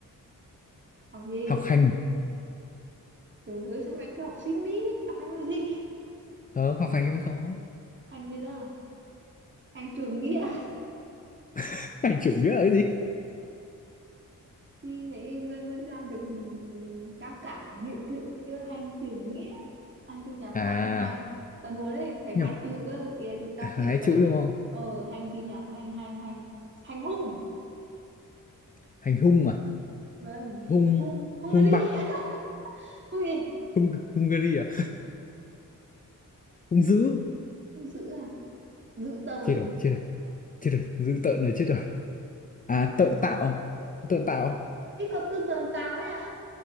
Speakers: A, on the right; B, on the left.
A: học gì
B: học hành
A: Trời ơi, sao mày cứ học sinh đi học hành làm gì
B: không học
A: học
B: hành mới khó
A: hành gì đó à? hành trưởng nghĩa
B: <laughs> hành chủ nghĩa là cái gì
A: thì mấy người mà đi làm việc ừ, ừ, cao cả nghĩa cử thì kêu là hành trưởng nghĩa hành cái nhà hành
B: à
A: hành ta đùa đấy phải
B: nhập,
A: hai chữ cơ ý là chúng ta sẽ
B: hai
A: phải
B: chữ đúng không
A: ờ hành gì nhỉ hành hành hành hành hung
B: hành hung à
A: vâng
B: hung
A: hung hung
B: hung
A: cái gì
B: bạo
A: <laughs> hung gì
B: hung Hungary à hung dữ
A: hung dữ à dữ tợn
B: chết rồi chết rồi chết rồi dữ tợn rồi chết rồi à tợn tạo tợn tạo
A: ấy ấy có từ tợn tào ấy hả